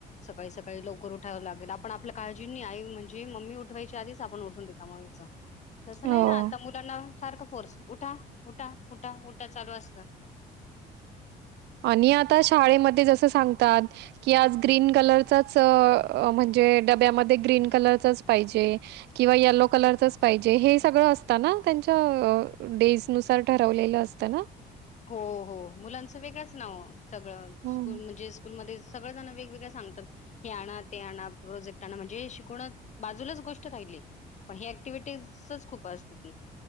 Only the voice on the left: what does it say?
सकाळी सकाळी लवकर उठावं लागेल आपण आपल्या काळजींनीय म्हणजे मम्मी उठवायची उठून रिकामं व्हायच तस नाही
ना आता मुलांना सारखं फोर्स उठा उठा उठा उठा चालू असत
हो हो मुलांचं वेगळंच नाव सगळं
स्कूल म्हणजे स्कूलमध्ये सगळजण वेगवेगळ सांगतात हे आणा ते आणा प्रोजेक्ट आणा म्हणजे शिकवण बाजूलाच गोष्ट राहिली पण ही ऍक्टिव्हिटीजच खूप असतील ना